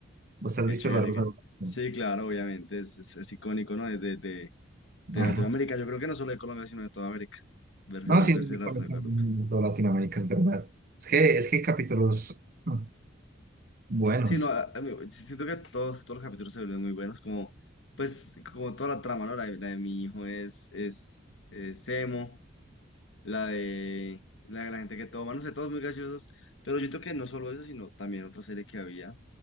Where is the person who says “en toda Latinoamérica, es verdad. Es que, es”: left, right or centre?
Right